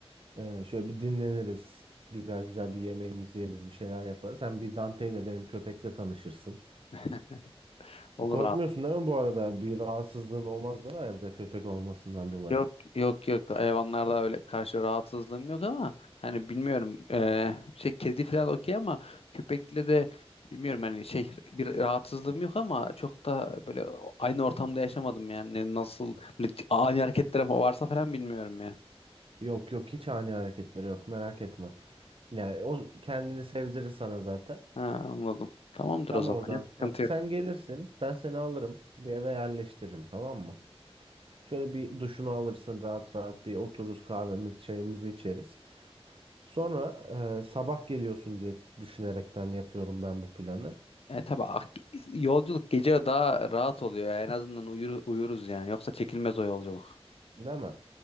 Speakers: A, on the right (about 60°); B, on the left (about 70°).
A: E, şöyle bir dinleniriz. Güzel güzel bir yemeğimizi yeriz. Bir şeyler yaparız. Hem bir Dante ile benim köpekle tanışırsın.
B: <laughs> Olur
A: Korkmuyorsun
B: abi.
A: değil mi bu arada? Bir rahatsızlığın olmaz değil mi evde köpek olmasından dolayı?
B: Yok yok yok hayvanlarda öyle karşı rahatsızlığım yok ama hani bilmiyorum eee, şey kedi falan okey ama köpekle de bilmiyorum hani şey bir rahatsızlığım yok ama çok da böyle aynı ortamda yaşamadım yani Ne- nasıl böyle ani hareketler fa- varsa falan bilmiyorum ya.
A: Yok yok hiç ani hareketleri yok merak etme. Yani o kendini sevdirir sana zaten.
B: Ha, anladım. Tamamdır
A: Tamam
B: o zaman.
A: Ozan.
B: Yok, sıkıntı
A: Bak
B: yok.
A: sen gelirsin ben seni alırım bir eve yerleştiririm tamam mı? Şöyle bir duşunu alırsın rahat rahat bir otururuz kahvemizi çayımızı içeriz. Sonra e, sabah geliyorsun diye düşünerekten yapıyorum ben bu planı.
B: E, tabii ak- yolculuk gece daha rahat oluyor. ya. En azından uyur, uyuruz yani. Yoksa çekilmez o yolculuk.
A: Değil mi?